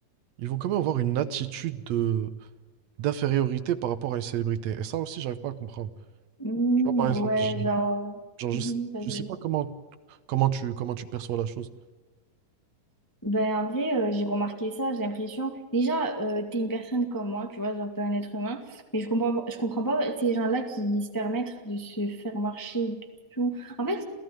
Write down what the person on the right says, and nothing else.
ils vont quand même avoir une attitude de, d'infériorité par rapport à une célébrité. Et ça aussi, j'arrive pas à comprendre.
Tu vois, par
exemple, je-
genre, je
sais,
je sais
pas comment, comment tu, comment tu perçois la chose.